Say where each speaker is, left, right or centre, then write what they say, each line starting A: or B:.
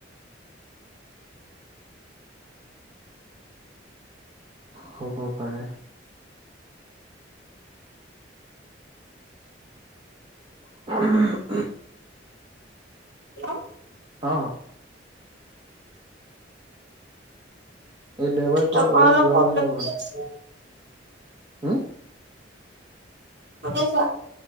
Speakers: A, on the right; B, on the right.
A: হ'ব পাৰে উম
B: হেল্ল',
A: অ এই দেওবাৰে
B: নেটৱৰ্কৰ
A: কবাত ওলাই
B: অলপ
A: যোৱা
B: প্ৰব্লেম
A: নে অকমান
B: দি আছে
A: ওম
B: শুনিছা